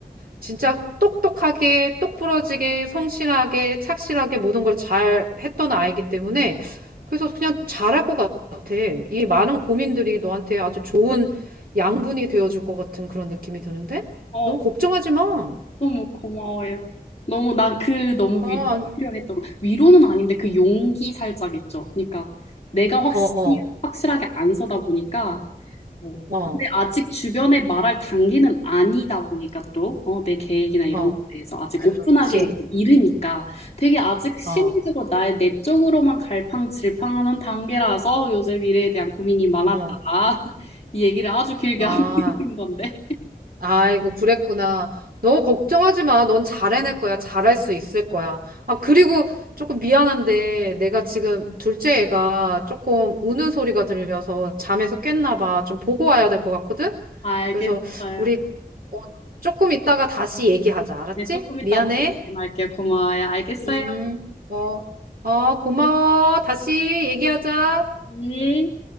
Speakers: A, on the right; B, on the left.
A: 진짜 똑똑하게, 똑부러지게, 성실하게, 착실하게 모든 걸 잘 했던 아이기 때문에 그래서 그냥 잘할 것 같아. 이 많은 고민들이 너한테 아주 좋은 양분이 되어줄 것 같은 그런 느낌이 드는데?
B: 어,
A: 너무 걱정하지 마.
B: 너무 고마워요. 너무 난 그 너무
A: 아,
B: 위로가
A: 안-
B: 필요했던 거. 위로는 아닌데 그 용기 살짝 있죠. 그러니까 내가 확실히
A: 어, 어,
B: 확실하게 안 서다 보니까 어.
A: 어,
B: 근데 아직 주변에 말할 단계는 아니다 보니까 또 어, 내 계획이나 이런
A: 어.
B: 것에 대해서 아직
A: 그렇지.
B: 오픈하기 이르니까 되게 아직 심리적으로
A: 어,
B: 나의 내적으로만 갈팡질팡하는 단계라서 요새 미래에 대한 고민이 많았다.
A: 어.
B: <laughs> 이 얘기를 아주 길게
A: 아.
B: 하고 있는 건데
A: 아이고, 그랬구나. 너 걱정하지 마. 넌 잘해낼 거야. 잘할 수 있을 거야. 아, 그리고 조금 미안한데 내가 지금 둘째 애가 조금 우는 소리가 들려서 잠에서 깼나 봐. 좀 보고 와야 될 것 같거든?
B: 알겠어요.
A: 그래서 우리 어, 조금 있다가 다시 얘기하자. 알았지?
B: 네, 조금 이따
A: 미안해.
B: 다시 전화할게요. 고마워요. 알겠어요.
A: 음, 어, 어, 고마워. 다시 얘기하자.
B: 예.